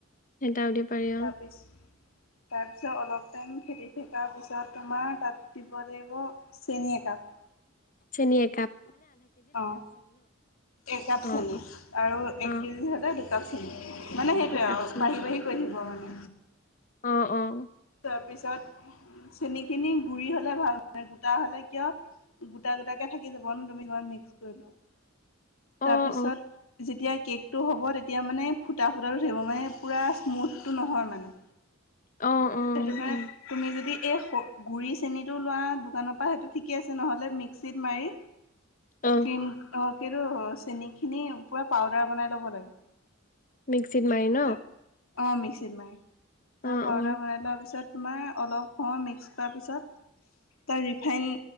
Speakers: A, on the left; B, on the left.
A: হেতাওদি পাৰি
B: তাৰপিছ
A: অ'!
B: তাৰপিছত, অলপ টাইম ফেটি থকাৰ পিছত, তোমাৰ তাত দিব লাগিব, চেনি এক কাপ।
A: চেনি এক কাপ।
B: অ'! এক কাপ
A: অ',
B: চেনি
A: অ',
B: আৰু এক
A: অ',
B: কেজিত সদায় দু দুকাপ চিনি। মানে, সেইটোৱে
A: দুকাপ
B: আৰু
A: চেনি
B: বাঢ়ি বাঢ়ি গৈ থাকিব মানে।
A: অ'! অ'!
B: তাৰপিছত, চেনিখিনি গুৰি হ'লে ভাল মানে। গোটা হ'লে কিয়? গোটা, গোটাকে থাকি যাব ন'! তুমি লৈ মিক্স কৰি লোৱা।
A: অ', অ',
B: তাৰপিছত, যেতিয়া কেক টো হ'ব। তেতিয়া মানে, ফুটা, ফুটাটো থাকিব মানে। পুৰা স্মুথটো নহয় মানে।
A: অ', অ',
B: সেইটো কাৰণে,
A: অ',
B: তুমি যদি এই গুড়ি চেনিটো লোৱা দোকানৰ পৰা, সেইটো ঠিকে আছে, নহ'লে মিক্সিত মাৰি
A: অ',
B: ক্ৰীম, অ'! কিন্তু চেনিখিনি পুৰা পাউদাৰ বনাই ল'ব লাগে।
A: মিক্সিত মাৰি ন'?
B: ত অ মিক্সিত মাৰি।
A: অ',
B: তাৰ পাউদাৰ
A: অ',
B: বনাই লোৱাৰ পিছত তোমাৰ, অলপ সময় মিক্স কৰাৰ পিছত তাৰ ৰিফাইন